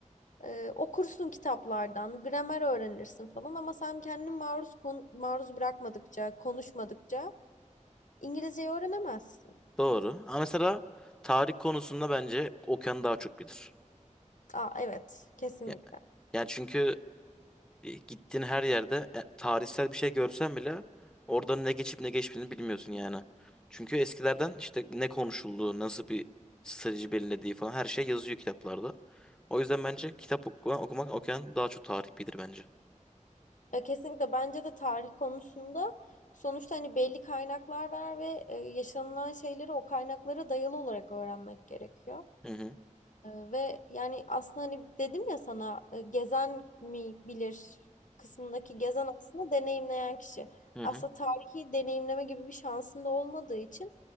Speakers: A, on the left (about 75°); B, in the centre.
A: e, okursun kitaplardan, gramer öğrenirsin falan ama sen kendini maruz kon- maruz bırakmadıkça, konuşmadıkça İngilizceyi öğrenemezsin.
B: Doğru. Ama mesela tarih konusunda bence Okan daha çok bilir.
A: Aa evet, kesinlikle.
B: Ya, yani çünkü e, gittiğin her yerde e, tarihsel bir şey görsen bile orada ne geçip ne geçmediğini bilmiyorsun yani. Çünkü eskilerden işte ne konuşulduğu, nasıl bir strateji belirlediği falan her şey yazıyor kitaplarda. O yüzden bence kitap okumak, okumak Okan daha çok tarih bilir bence.
A: Ya kesinlikle bence de tarih konusunda sonuçta hani belli kaynaklar var ve e, yaşanılan şeyleri o kaynaklara dayalı olarak öğrenmek gerekiyor.
B: Hı hı.
A: E, ve yani aslında hani dedim ya sana e, gezen mi bilir kısmındaki gezen aslında deneyimleyen kişi.
B: Hı
A: Aslında
B: hı.
A: tarihi deneyimleme gibi bir şansın da olmadığı için